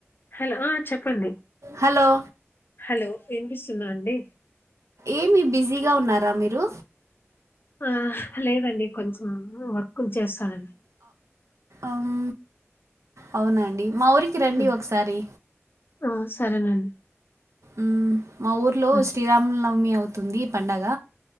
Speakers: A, on the left; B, on the right.
A: హలో చెప్పండి
B: హలో
A: హలో వినిపిస్తుందా అండి
B: ఏమి బిజీగా ఉన్నారా మీరు
A: ఆ లేదండి కొంచెం వర్క్ కొంచేస్తానండి
B: ఉమ్ అవునండి మా ఊరికి రండి
A: హ్మ్.
B: ఒకసారి
A: ఆ! సరేనండి.
B: ఉమ్ మా ఊర్లో
A: హ్మ్.
B: శ్రీరాముల నవమియ అవుతుంది పండగ